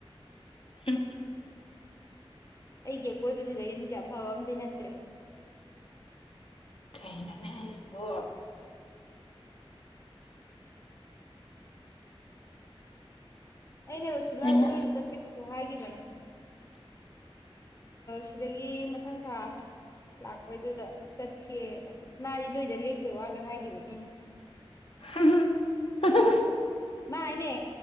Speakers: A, on the left; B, on the left.
A: ꯎ
B: ꯑꯩꯒꯤ ꯑꯀꯣꯏꯕꯗ ꯂꯩꯁꯤꯡꯁꯦ ꯑꯐꯕ ꯑꯃꯗꯤ ꯅꯠꯇ꯭ꯔꯦ
A: ꯀꯩꯅꯅꯦ ꯍ
B: ꯑꯩꯩꯅꯔꯣꯁꯤꯒꯥꯗ
A: ꯑꯩꯅ
B: ꯅꯣꯏꯗꯤ ꯆꯠꯄꯤꯗꯦ ꯣ ꯍꯥꯏ ꯏ ꯁꯤꯗꯒꯤ ꯃꯊꯪ ꯊꯥ ꯂꯥꯛꯄꯩꯗꯨꯗ ꯆꯠꯁꯦꯅ ꯃꯥꯗꯤ ꯅꯣꯏꯗ ꯂꯦꯛꯄꯩ ꯋꯥꯒ ꯍꯥꯏꯈꯤꯕꯅꯤꯅꯦ
A: <unintelligible>
B: ꯃꯥ ꯍꯥꯏꯅꯦ